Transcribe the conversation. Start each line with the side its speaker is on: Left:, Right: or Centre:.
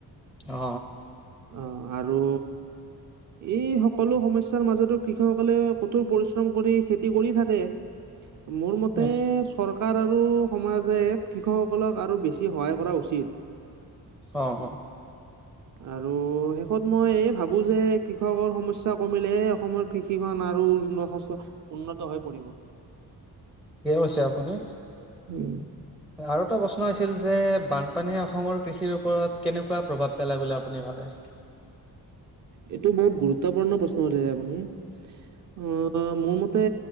Centre: অ
Right: অ আৰু এই সকলো সমস্যাৰ মাজতো কৃষকসকলে কঠোৰ পৰিশ্ৰম কৰি খেতি কৰি থাকে। মোৰ ম ততে
Centre: নিশ্চ
Right: চৰকাৰ আৰু সমাজে কৃষকসকলক আৰু বেছি সহায় কৰা উচিত
Centre: অ অ
Right: আৰু শেষত মই এই ভাবোঁ যে কৃষকৰ সমস্যা কমিলেহে অসমৰ কৃষিখন আৰু উচ উন্নত হৈ পৰিব
Centre: কি ক হৈছে আপুনি
Right: উম
Centre: আৰু এটা প্ৰশ্ন হৈছিল যে বানপানীয়ে অসমৰ কৃষিৰ ওপৰত কেনেকুৱা প্ৰভাৱ পেলায় বুলি আপুনি ভাবে অ
Right: এইটো বহুত গুৰুত্বপূৰ্ণ প্ৰশ্ন শুধিছে আপোনি অ মোৰ মতে